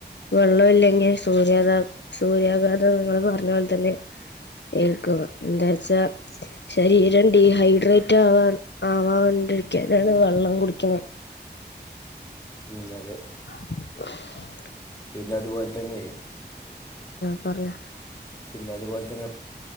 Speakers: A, on the left; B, on the left.
A: വെള്ളം ഇല്ലെങ്ങിൽ സൂര്യാഗാതാ സൂര്യാഘാതം നിങ്ങള് പറഞ്ഞപോൽതന്നെ ഏൽക്കു എന്താവെച്ചാൽ
B: <inaudible>
A: ശരീരം ഡീഹൈഡ്രേറ്റ് ആവാൻ ആവാണ്ടിരിക്ക്യാനാണ് വള്ളം കുടിക്ക്ണേ
B: ഉം അതെ
A: <inaudible>
B: പിന്നെ അത്പോൽ തന്നെ
A: പറിയ
B: പിന്നെ അത്പോൽതന്നെ